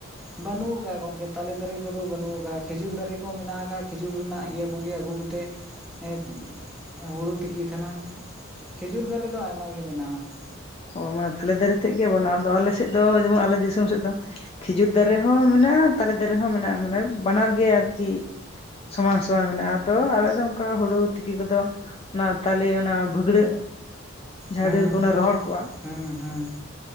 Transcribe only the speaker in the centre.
ᱵᱟᱹᱱᱩᱜ ᱟᱠᱟᱜ-ᱟ ᱜᱚᱝᱠᱮ ᱛᱟᱞᱮ ᱫᱟᱨᱮ ᱠᱚᱫᱚ ᱵᱟᱹᱱᱩᱜ ᱟᱠᱟᱜ-ᱟ ᱠᱷᱮᱡᱩᱨ ᱫᱟᱨᱮ ᱠᱚ ᱢᱮᱱᱟᱜ ᱟᱠᱟᱜ-ᱟ ᱠᱷᱮᱡᱩᱨ ᱨᱮᱱᱟᱜ ᱤᱭᱟᱹ ᱠᱚᱜᱮ ᱟᱹᱜᱩ ᱠᱟᱛᱮᱫ ᱮᱸᱫ ᱦᱩᱲᱩ ᱛᱤᱠᱤᱭ ᱛᱟᱦᱮᱱᱟ ᱾ ᱠᱷᱤᱡᱩᱨ ᱫᱟᱨᱮ ᱫᱚ ᱟᱭᱢᱟ ᱜᱮ ᱢᱮᱱᱟᱜ-ᱟ ᱾
ᱦᱮᱸ
ᱦᱮᱸ ᱦᱮᱸ